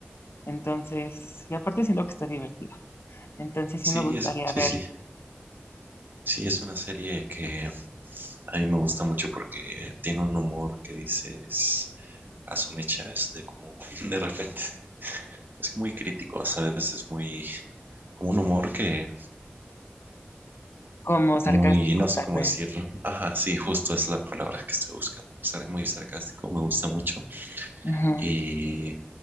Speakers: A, on the left; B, on the right.
A: Entonces, y aparte siento que está divertida. Entonces
B: Sí,
A: sí me gustaría
B: es, sí,
A: ver
B: sí, sí, es una serie que A mí me gusta mucho porque tiene un humor que dices, a su mecha es de como, <laughs> de repente, es muy crítico, ¿sabes? Es muy, como un humor que
A: como sarcástico,
B: muy, no sé
A: tal
B: cómo
A: vez.
B: decirlo. Ajá, sí, justo es la palabra que estoy buscando. Es algo muy sarcástico, me gusta mucho.
A: Ujú.
B: Y